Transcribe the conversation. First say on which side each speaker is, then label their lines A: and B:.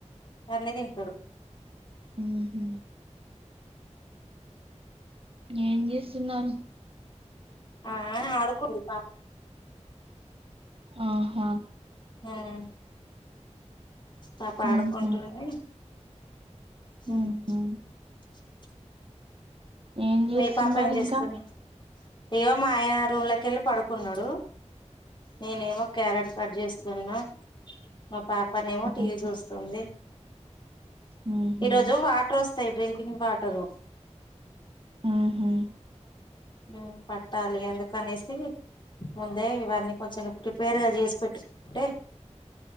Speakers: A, on the left; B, on the right.
A: అన్ని తింటడు.
B: ఆహా ఏమ్ చేస్తున్నారు.
A: ఆఆ ఆడుకోందు
B: ఆహా!
A: ఊ అ పాప
B: హుహు.
A: ఆడుకుంటుంది. అవున
B: హుహు. ఏం చేస్తున్నారు
A: మీ పాప ఏం చేస్తుంది.
B: ఇంకా?
A: ఏవో మా ఆయన రూమ్లోకెళ్ళి పడుకున్నాడు నేనేమో క్యారెట్ కట్ చేస్తున్నా మా పాప పనేమో
B: హుహు.
A: టీవీ చూస్తుంది.
B: హుహు.
A: ఈరోజు వాటర్ వస్ త్తయి డ్రింకింగ్ వాటరు
B: ఆహా
A: ఉ పట్టాలి అందుకనేసి ముందే ఇవన్నీ కొంచెం ప్రిపేర్గా చేసి పెట్టుకుంటే